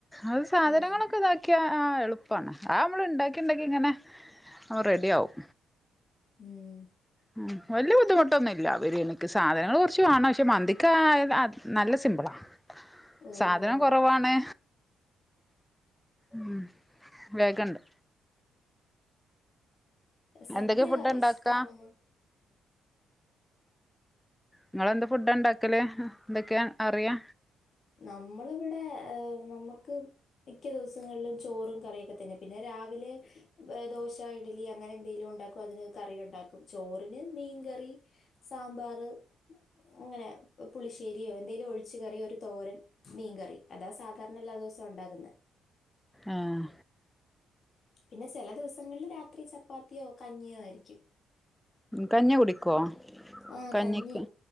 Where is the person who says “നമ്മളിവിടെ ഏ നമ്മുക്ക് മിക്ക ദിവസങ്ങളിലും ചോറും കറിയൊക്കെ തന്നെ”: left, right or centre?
Left